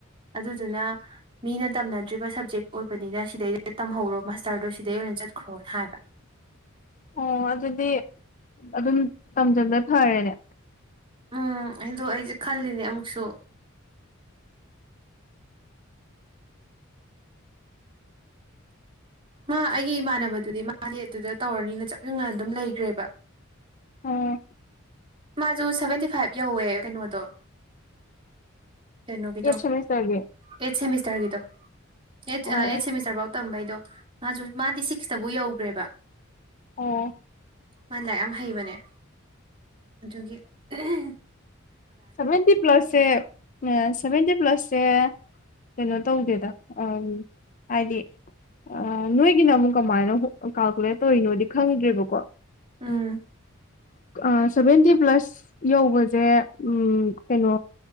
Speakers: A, on the right; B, on the left.
A: ꯑꯗꯨꯗꯨꯅ ꯃꯤꯅ ꯇꯝꯅꯗ꯭ꯔꯤꯕ ꯁꯞꯖꯦꯛ ꯑꯣꯏꯕꯅꯤꯅ ꯁꯤꯗꯩꯗ ꯇꯝꯍꯧꯔꯣ ꯃꯥꯁꯇꯔꯗꯣ ꯁꯤꯗꯩ ꯑꯣꯏꯅ ꯆꯠꯈꯔꯣꯅ ꯍꯥꯢꯕ
B: ꯑꯣ ꯑꯗꯨꯗꯤ ꯑꯗꯨꯝ ꯇꯝꯖꯟꯕ ꯐꯔꯦꯅꯦ
A: ꯎꯝ ꯑꯩꯗꯣ ꯑꯩꯖꯦ ꯈꯜꯂꯤꯅꯦ ꯑꯃꯨꯛꯁꯨ ꯃꯥ ꯑꯩꯒꯤ ꯏꯃꯥꯟꯅꯕꯗꯨꯗꯤ ꯃꯥꯗꯤ ꯑꯗꯨꯗ ꯇꯧꯔꯅꯤꯅ ꯆꯞ ꯌꯨꯡꯅ ꯑꯗꯨꯝ ꯂꯩꯑ꯭ꯔꯦꯕ
B: ꯑꯣ
A: ꯃꯥꯖꯨ ꯁꯚꯦꯟꯇꯤ ꯐꯥꯏꯚ ꯌꯧꯋꯦ ꯀꯩꯅꯣꯗꯣ ꯀꯩꯅꯣꯒꯤꯗꯣ
B: ꯑꯩꯠ ꯁꯦꯃꯤꯁꯇꯔꯒꯤ
A: ꯑꯦꯠ ꯁꯦꯃꯤꯁꯇꯔꯒꯤꯗꯣ ꯑꯦꯠ
B: ꯑꯣ
A: ꯑꯥ ꯑꯦꯠ ꯁꯦꯃꯤꯁꯇꯔꯐꯧꯕ ꯇꯝꯕꯒꯤꯗꯣ ꯃꯥꯖꯨ ꯃꯥꯗꯤ ꯁꯤꯛꯁꯇꯕꯨ ꯌꯧꯒ꯭ꯔꯦꯕ
B: ꯑꯣ
A: ꯃꯥꯥꯏ ꯂꯥꯏꯔꯤꯛ ꯌꯥꯝ ꯍꯩꯕꯅꯦ ꯑꯗꯨꯒꯤ ꯑꯍꯦ
B: ꯁꯕꯦꯟꯇꯤ ꯄ꯭ꯂꯁꯦ ꯁꯕꯦꯟꯇꯤ ꯄ꯭ꯂꯁꯁꯦ ꯀꯩꯅꯣ ꯇꯧꯗꯦꯗ ꯑꯥꯟ ꯍꯥꯏꯗꯤ ꯑꯥ ꯅꯣꯏꯒꯤꯅ ꯑꯃꯨꯛ ꯀꯃꯥꯏꯅ ꯀꯥꯜꯀꯨꯂꯦꯠ ꯇꯧꯔꯤꯅꯣꯗꯤ ꯈꯪꯗ꯭ꯔꯦꯕꯀꯣ
A: ꯎꯝ
B: ꯑꯥ ꯁꯚꯦꯟꯇꯤ ꯄ꯭ꯂꯁ ꯌꯧꯕꯖꯦ ꯎꯝ ꯀꯩꯅꯣ